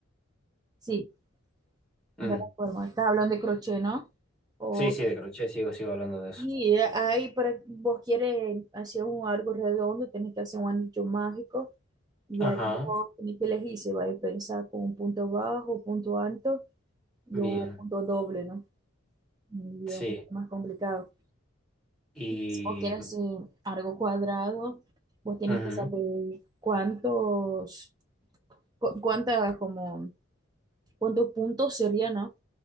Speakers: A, on the right; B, in the centre.
A: Sí,
B: Mm.
A: de la forma. Estás hablando de crochet, ¿no? O
B: Sí, sí, de crochet sigo, sigo hablando de eso.
A: Y eh, ahí para vos quieres hacer un algo redondo, tenés que hacer un anillo mágico y
B: Ajá,
A: ahí vos tenés que elegir si vais a pensar con un punto bajo, punto alto y
B: Bien,
A: o punto doble, ¿no? Y
B: sí.
A: es un poquito más complicado.
B: Y...
A: Si vos quieres hacer algo cuadrado, vos tenés
B: ujú,
A: que saber cuántos, cu- cuántas, como, cuántos puntos sería, ¿no?